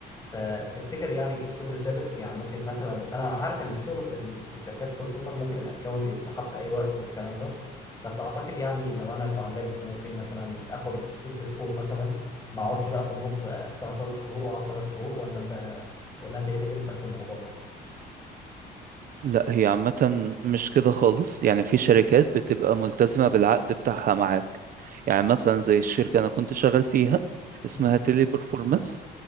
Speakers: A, on the left (about 20°); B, on the right (about 55°).
A: فتفتكر يعني الشغل ثابت يعني ممكن مثلا انا عارف ان الشغل في ال- في الشركات كول سنتر ممكن الاكونت يتسحب في اي وقت والكلام ده بس اعتقد يعني لو انا اتعلمت ممكن مثلا اخد ست شهور مثلا ما اقعدش بقى في النص اشتغل ثلاث شهور واقعد ثلاث شهور ولا انت ولا انت ايه تجربتك في الموضوع ده؟
B: لا هي عامة مش كده خالص يعني في شركات بتبقى ملتزمة بالعقد بتاعها معاك يعني مثلا زي الشركة أنا كنت شغال فيها اسمها
A: مم.
B: تيلي برفورمانس